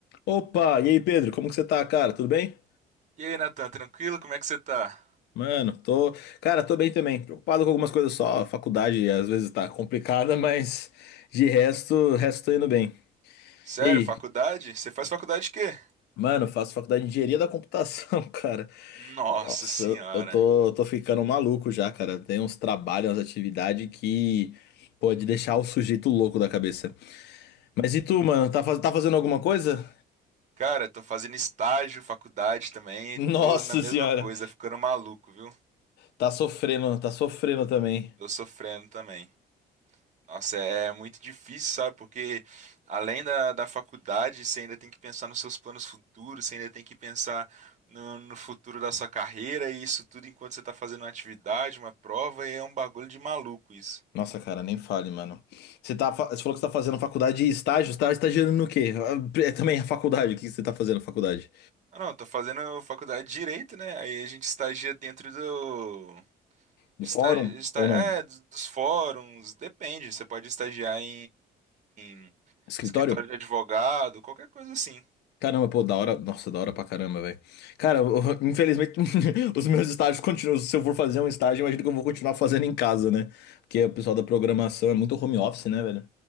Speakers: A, on the left; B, on the right.
A: Opa, e aí Pedro, como que você tá, cara? Tudo bem?
B: E aí, Natan, tranquilo? Como é que você tá?
A: Mano, tô, cara, tô bem também. Preocupado com algumas coisas só, a faculdade às vezes tá complicada, <laughs> mas de resto, resto tô indo bem.
B: Sério,
A: E aí?
B: faculdade? Você faz faculdade de quê?
A: Mano, faço faculdade de engenharia da computação, <laughs> cara.
B: Nossa
A: Nossa,
B: senhora.
A: eu eu tô, eu tô ficando maluco já, cara. Tem uns trabalhos, umas atividades que pode deixar o sujeito louco da cabeça. Mas e tu, mano, tá, faz- tá fazendo alguma coisa?
B: Cara, tô fazendo estágio, faculdade também,
A: <laughs> Nossa
B: e tô na mesma
A: senhora,
B: coisa, ficando maluco, viu?
A: tá sofrendo, tá sofrendo também.
B: Tô sofrendo também. Nossa, é é muito difícil, sabe? Porque além da, da faculdade, você ainda tem que pensar nos seus planos futuros, você ainda tem que pensar no, no futuro da sua carreira, e isso tudo enquanto você tá fazendo uma atividade, uma prova, e é um bagulho de maluco isso.
A: Nossa, cara, nem fale, mano. Você tá, fa- você falou que você tá fazendo faculdade de estágio, você tá estagiando no quê? Ah, É também a faculdade, o que você tá fazendo na faculdade?
B: Ah, não, tô fazendo faculdade de Direito, né? Aí a gente estagia dentro do.
A: No
B: Estagia,
A: fórum
B: esta-
A: ou
B: é,
A: não?
B: dos dos fóruns, depende. Você pode estagiar em, em
A: Escritório?
B: escritório de advogado, qualquer coisa assim.
A: Caramba, pô, da hora. Nossa, da hora pra caramba, velho. Cara, eu- <laughs> infelizmente, <laughs> os meus estágios continuam. Se eu for fazer um estágio, imagino que eu vou continuar fazendo em casa, né? Porque o pessoal da programação é muito home office, né, velho?